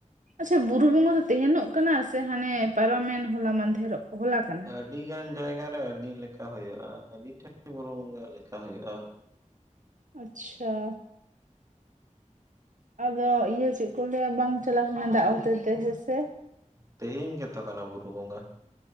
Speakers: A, on the right; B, on the right.
A: ᱟᱪᱪᱷᱟ ᱵᱩᱨᱩ ᱵᱚᱸᱜᱟ ᱫᱚ ᱛᱮᱦᱮᱱᱚᱜ ᱠᱟᱱᱟ ᱥᱮ ᱦᱟᱱᱮ ᱯᱟᱨᱚᱢᱮᱱ ᱦᱚᱞᱟ ᱢᱟᱫᱷᱮᱨᱚᱜ ᱦᱚᱞᱟ ᱠᱟᱱᱟ?
B: ᱟᱹᱰᱤ ᱜᱟᱱ ᱡᱟᱭᱜᱟᱨᱮ ᱟᱹᱰᱤ ᱞᱮᱠᱟ ᱦᱩᱭᱩᱜᱼᱟ, ᱟᱹᱰᱤ ᱴᱷᱮᱱ ᱵᱩᱨᱩ ᱵᱚᱸᱜᱟ ᱞᱮᱠᱟ ᱦᱩᱭᱩᱜᱼᱟ᱾
A: ᱟᱪᱪᱷᱟ, ᱟᱫᱚ ᱤᱭᱟᱹ ᱪᱮᱜ ᱠᱚ ᱞᱟᱹᱭᱟ ᱵᱟᱝ ᱪᱟᱞᱟᱣ ᱦᱩᱭ ᱞᱮᱱᱟ ᱫᱟᱜ ᱦᱚᱛᱮ ᱛᱮ ᱦᱮᱸᱥᱮ᱾
B: ᱛᱮᱦᱮᱧ ᱜᱮᱛᱚ ᱠᱟᱱᱟ ᱵᱩᱨᱩ ᱵᱚᱸᱜᱟ᱾